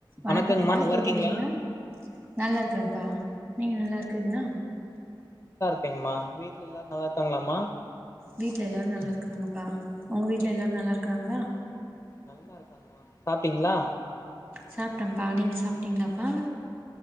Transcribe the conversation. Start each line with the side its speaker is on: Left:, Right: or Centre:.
Right: வணக்கம்ப்பா
Left: வணக்கங்கம்மா நல்லா
Right: கேக்குதுங்களா
Left: இருக்கீங்களா
Right: நல்லா இருக்றப்பா நீங்க நல்லா இருக்கிறீங்களா
Left: ருக்கேமா வீட்ல எல்லாரு நல்லா இருக்காங்களாமா
Right: வீட்ல எல்லாரு நல்லா இருக்கறாங்கப்பா உங்க வீட்ல எல்லாரு நல்லா இருக்கறாங்களா
Left: நல்லா இருக்காங்கமா சாப்டிங்களா
Right: சாப்ட்டப்பா நீங்க சாப்ட்டீங்களாப்பா